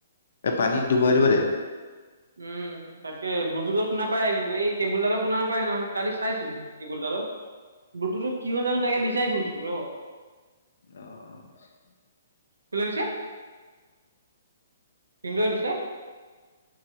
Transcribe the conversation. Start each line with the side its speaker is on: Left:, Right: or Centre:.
Left: এই পানীত ডুবাই দিব দে।
Right: <inaudible> উম তাকে, ব্লুটুথত শুনা পায় কিন্তু এই কেবুলডালত শুনা নাপায় সেইদিনাখন কালি চাইছিলো। কেবুলডালত, ব্লুটুথত টো কি হ'ল জানো তাকে বিচাৰি ফুৰিছো ৰ।
Left: অৱ।
Right: কোলৈ নিছে? ভিনদেউৱে নিছে।